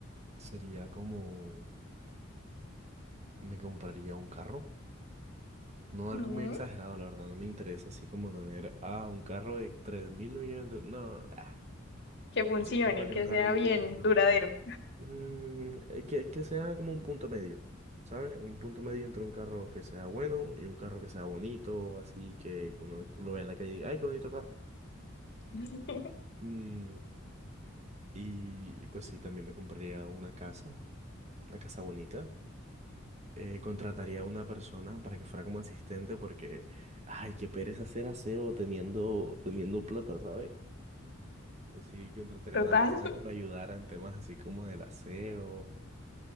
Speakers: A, on the right; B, on the left.
A: sería como, me compraría un carro. No algo
B: Ujú.
A: muy exagerado, la verdad, no me interesa así como tener, ah, un carro de tres mil millones de... No, ah,
B: Que funcione,
A: pero sí me compraría
B: que
A: un carro
B: sea
A: muy
B: bien
A: bonito.
B: duradero.
A: Mm, eh, que, que sea como un punto medio, ¿sabes? Un punto medio entre un carro que sea bueno y un carro que sea bonito, así que uno lo vea en la calle y diga, ¡ay, qué bonito carro!
B: <laughs>
A: Mm, y, y pues sí, también me compraría una casa, una casa bonita. Eh, contrataría a una persona para que fuera como asistente porque, ay, qué pereza hacer aseo teniendo, teniendo plata, ¿sabes? Entonces sí, contrataría
B: Total,
A: a una persona que me ayudara en temas así como del aseo